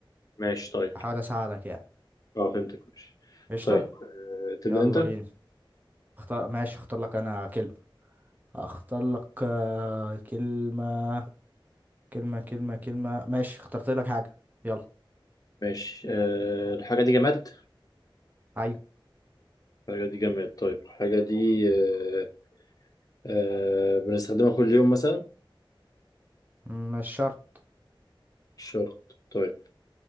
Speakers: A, on the left; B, on the right.
A: ماشي طيب
B: احاول اساعدك يعني
A: اه فهمتك ماشي
B: قشطة
A: طيب أه تبدأ
B: يلا
A: انت
B: بينا اختار ماشي اختار لك انا كلمة اختار لك آه، كلمة كلمة كلمة كلمة ماشي اخترت لك حاجة يلا
A: ماشي أه الحاجة دي جماد
B: أيوة.
A: الحاجة دي جماد طيب الحاجة دي أه أه بنستخدمها كل يوم مثلا
B: مش شرط
A: مش شرط طيب